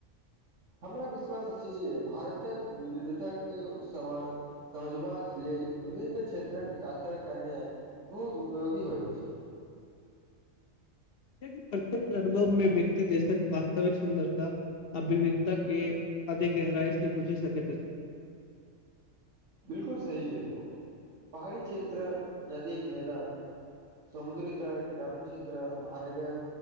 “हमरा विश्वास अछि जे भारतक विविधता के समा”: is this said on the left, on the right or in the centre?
Right